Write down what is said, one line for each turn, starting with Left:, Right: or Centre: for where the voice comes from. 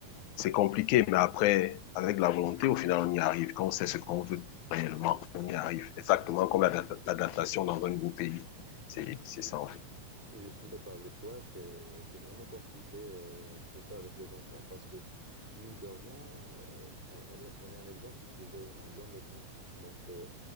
Left: c'est compliqué, mais après, avec la volonté, au final, on y arrive. Quand on sait ce qu'on veut réellement,
Centre: oui.
Left: on y arrive. Exactement comme l'adaptation dans un nouveau pays. C'est, c'est ça, en fait.
Centre: Je suis d'accord avec toi, c'est c'est vraiment compliqué, euh, surtout avec les enfants, parce que mine de rien, euh, on, on est, on est un exemple pour eux, on donne l'exemple. Donc, euh,